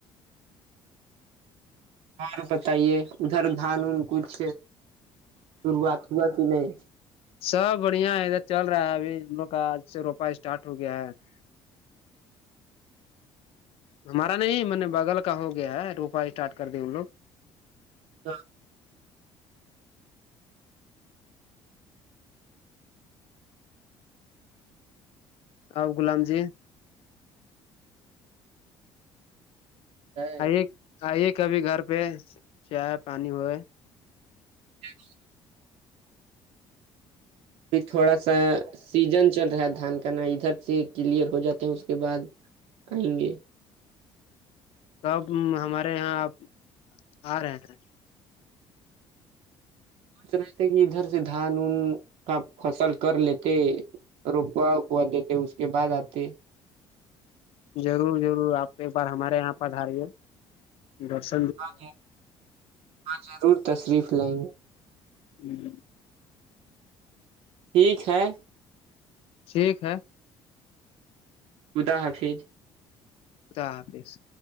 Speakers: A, on the right; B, on the left.
A: اور بتائیے ادھر دھان ان کچھ شروعات ہوا کہ نہیں
B: سب بڑھیا ہے ادھر چل رہا ہے ابھی ہم لو کا آج سے روپ اسٹارٹ ہو گیا ہے <inaudible> ہمارا نہیں میں نے بغل کا ہو گیا ہے روپا اسٹارٹ کر دی ان لوگ
A: ہاں <unintelligible>
B: اب غلام جی
A: ہے
B: آئیے آئیے کبھی گھر پہ چائے پانی ہوئے
A: <unintelligible> ا تھوڑا سا <unintelligible> سیزن چل رہا ہے دھان کا ن ادھر سے کلیئر ہو جاتے ہیں اس کے بعد آئیں گے <unintelligible>
B: کب ہمارے یہاں آپ آ رہے ہیں
A: سوچ رہتے کہ ادھر سے دھان ان کا فصل کر لیتے کا کوا دیتے اس کے بعد آتے <unintelligible>
B: ضرور ضرور آپ ایک بار ہمارے یہاں پر آ رہیےدر <unintelligible>
A: ہاں ہاں ضرور تشریف لیں گے
B: ہوںوں <unintelligible>
A: ٹھیک ہے
B: ٹھیک ہے
A: خدا حفظ <unintelligible>
B: خدا حافظ